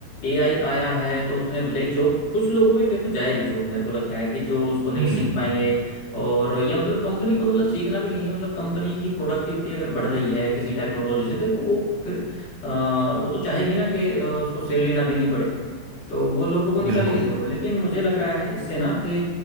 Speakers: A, on the left; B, on the right.
A: एआई आया है तो उसने भले ही जॉब कुछ लोगों की देखो जाएगी जॉब मेरे को लगता है कि जो उसको नहीं
B: हम्म,
A: सीख
B: हम्म
A: पाएंगे और ये मतलब कंपनी को मतलब सीखना भी नहीं है मतलब कंपनी की प्रोडक्टिविटी अगर बढ़ रही है किसी टेक्नोलॉजी से देखो वो फिर अ, वो तो चाहेगी ना कि अ, उसको सैलरी ना देनी पड़े तो वो लोगों को निकालेगी
B: बिल्कुल
A: जरूर लेकिन मुझे लग रहा है इससे ना कि